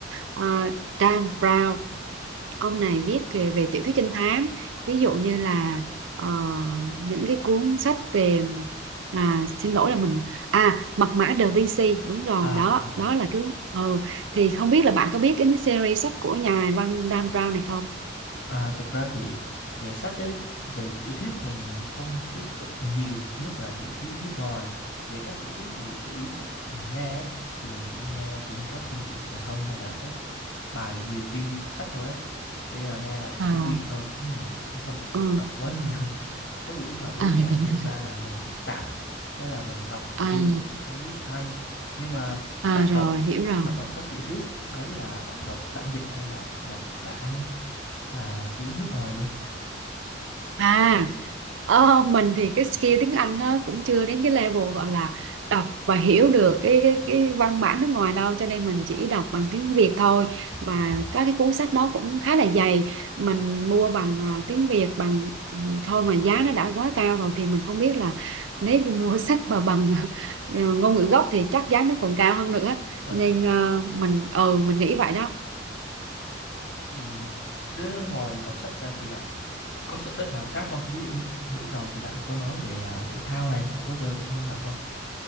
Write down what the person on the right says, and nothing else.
ờ, ờ, Dan Brown ông này viết về, về tiểu thuyết trinh thám ví dụ như là ờ, những cái cuốn sách về à, xin lỗi là mình à mật mã Da Vinci đúng rồi
đó
đó là cái ừ. thì không biết là bạn có biết cái series sách của nhà văn Dan Brown này không
à
ừ
à
<laughs>
à,
à
rồi
hiểu rồi
à ờ, mình thì cái skill tiếng Anh nó cũng chưa đến cái level gọi là đọc và hiểu được cái cái, cái văn bản nước ngoài đâu cho nên mình chỉ đọc bằng tiếng Việt thôi và
các cái cuốn sách nó cũng khá là dày mình mua bằng à, tiếng Việt bằng ừ, thôi mà giá nó đã quá cao rồi thì mình không biết là nếu như mua <laughs> sách mà bằng <laughs> ngôn ngữ gốc thì chắc giá nó còn cao hơn nữa
nên ờ, mình ừ mình nghĩ vậy đó